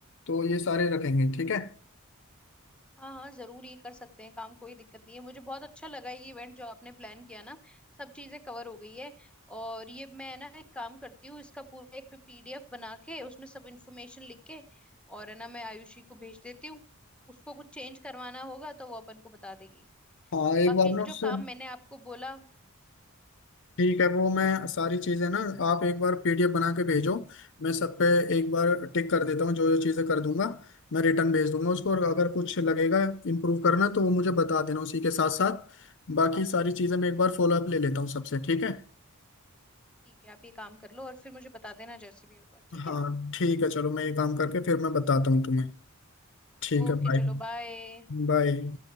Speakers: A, on the left (about 60°); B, in the centre.
A: तो ये सारे रखेंगे ठीक है
B: हाँ हाँ जरूर ये कर सकते हैं काम कोई दिक्कत नहीं है मुझे बहुत अच्छा लगा ये इवेंट जो आपने प्लान किया ना सब चीजें कवर हो गई है और ये मैं ना एक काम करती हूँ इसका पूरा एक पीडीएफ बना के उसमें सब इन्फॉर्मेशन लिख के और है ना मैं आयुषी को भेज देती हूँ उसको कुछ चेंज करवाना होगा तो वो अपन को बता देगी
A: हाँ एक
B: बाकी
A: बार ना उससे
B: जो काम मैंने आपको बोला
A: ठीक है वो मैं सारी चीजें ना आप एक बार पीडीएफ बना के भेजो मैं सब पे एक
B: हम्म
A: बार टिक कर देता हूँ जो जो चीजें कर दूंगा मैं रिटर्न भेज दूंगा उसको और अगर कुछ लगेगा इम्प्रूव करना तो वो मुझे बता देना उसी के साथ साथ बाकी सारी चीजें मैं एक बार फॉलो अप ले लेता हूँ सबसे ठीक है
B: ठीक है आप ये काम कर लो और फिर मुझे बता देना जैसे भी होगा ठीक
A: हाँ
B: है
A: ठीक है चलो मैं ये काम करके फिर मैं बताता हूँ तुम्हें ठीक
B: ओके
A: है बाय
B: चलो बाय
A: बाय